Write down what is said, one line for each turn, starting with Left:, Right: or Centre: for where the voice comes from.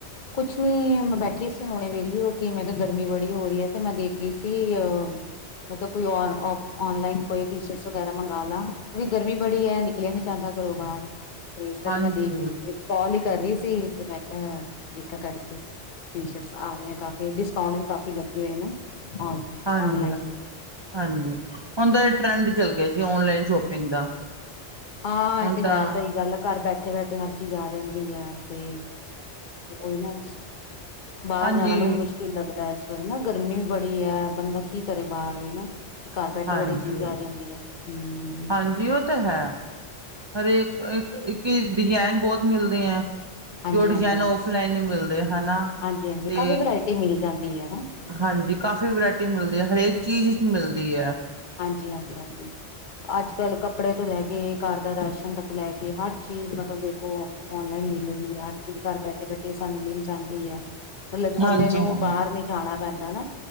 Left: ਕੁਛ ਨੀ ਬੈਠੀ ਸੀ ਹੁਣੇ ਵੇਲੀ ਹੋ ਕਿਵੇਂ ਤਾਂ ਗਰਮੀ ਬੜੀ ਹੋ ਰਹੀ ਹੈ ਤੇ ਮੈਂ ਦੇਖ ਰਹੀ ਸੀ ਅਹ ਮਤਲਬ ਕੋਈ ਔਨਲਾਈਨ ਕੋਈ ਟੀ ਸ਼ਰਟਸ ਵਗੈਰਾ ਮੰਗ ਲਾ ਉਹਦੀ ਗਰਮੀ ਬੜੀ ਹੈ ਨਿਕਲਿਆ ਨਹੀਂ ਜਾਂਦਾ ਘਰੋ ਬਾਰ ਤੇ ਇਸ ਕਰਕੇ
Right: ਹਾਂਜੀ
Left: ਮੈਂ ਦੇਖ ਰਹੀ ਸੀ ਕਾਲ ਹੀ ਕਰ ਰਹੀ ਸੀ ਤੇ ਮੈਂ ਕਿਹਾ ਵੇਖਾ ਕਰਕੇ ਟੀ ਸ਼ਰਟਸ ਆ ਰਹੇ ਕਾਫੀ ਡਿਸਕਾਊਂਟ ਵੀ ਕਾਫੀ ਲੱਗੇ ਹੋਏ ਨਾ। ਔਨ ਔਨਲਾਈਨ
Right: ਹਾਂਜੀ ਹਾਂਜੀ, ਹੁਣ ਤੇ ਇਹ ਟਰੈਂਡ ਚੱਲ ਗਿਆ ਜੀ ਆਨ ਲਾਈਨ ਸ਼ੋਪਿੰਗ ਦਾ
Left: ਹਾਂ ਹਾਂ
Right: ਹੁਣ
Left: ਇਹ ਤੇ ਹੈ
Right: ਤਾਂ
Left: ਸਹੀ ਗੱਲ ਆ ਘਰ ਬੈਠੇ ਬੈਠੇ ਹਰ ਚੀਜ਼ ਆ ਜਾਂਦੀ ਐ। ਤੇ ਓਹੀ ਨਾ। ਬਾਹਰ
Right: ਹਾਂਜੀ
Left: ਜਾਣਾ ਬੜੀ ਮੁਸ਼ਕਿਲ ਲੱਗਦਾ ਇਸ ਵੇਲੇ ਨਾ ਗਰਮੀ ਵੀ ਬੜੀ ਐ ਬੰਦਾ ਕੀ ਕਰੇ ਬਾਹਰ ਨਾ ਘਰ ਬੈਠੇ
Right: ਹਾਂਜੀ
Left: ਬੈਠੇ ਚੀਜ਼ ਆ ਜਾਂਦੀ ਐ ਹੂੰ
Right: ਹਾਂਜੀ ਉਹ ਤਾਂ ਹੈ ਹਰੇਕ ਇੱਕ ਇੱਕ ਡਿਜ਼ਾਇਨ ਬਹੁਤ ਮਿਲਦੇ ਐ।
Left: ਹਾਂਜੀ
Right: ਜੋ ਡਿਜ਼ਾਇਨ
Left: ਹਾਂਜੀ ਹਾਂਜੀ
Right: ਓਫਲਾਈਨ ਹੀ ਮਿਲਦੇ ਹਨਾ
Left: ਹਾਂਜੀ ਹਾਂਜੀ
Right: ਤੇ
Left: ਕਾਫ਼ੀ ਵਰਾਇਟੀ ਮਿਲ ਜਾਂਦੀ ਹੈ ਨਾ
Right: ਹਾਂਜੀ ਕਾਫ਼ੀ ਵਰਾਇਟੀ ਮਿਲਦੀ ਐ ਹਰੇਕ ਚੀਜ਼ ਮਿਲਦੀ ਐ।
Left: ਹਾਂਜੀ-ਹਾਂਜੀ, ਅੱਜ ਕੱਲ ਕੱਪੜੇ ਤੋਂ ਲੈ ਕੇ ਘਰ ਦਾ ਰਾਸ਼ਨ ਤੱਕ ਲੈ ਕੇ ਹਰ ਚੀਜ਼ ਮਤਲਬ ਮਤਲਬ ਦੇਖੋ ਔਨਲਾਈਨ ਮਿਲ ਰੀ ਐ ਹਰ ਚੀਜ਼ ਘਰ ਬੈਠੇ ਬੈਠੇ ਸਾਨੂੰ ਮਿਲ ਜਾਂਦੀ ਐ। ਮਤਲਬ ਕਿ
Right: ਹਾਂਜੀ
Left: ਬੰਦੇ ਨੂੰ
Right: ਹਾਂ
Left: ਬਾਹਰ ਨੀ ਜਾਣਾ ਪੈਂਦਾ ਨਾ।